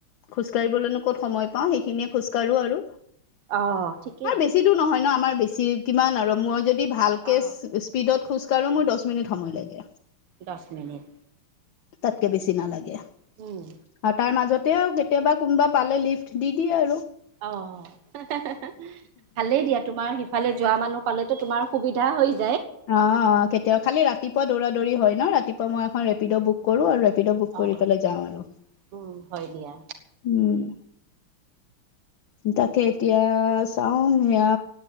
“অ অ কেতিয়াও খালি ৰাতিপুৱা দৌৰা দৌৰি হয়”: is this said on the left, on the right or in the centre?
Left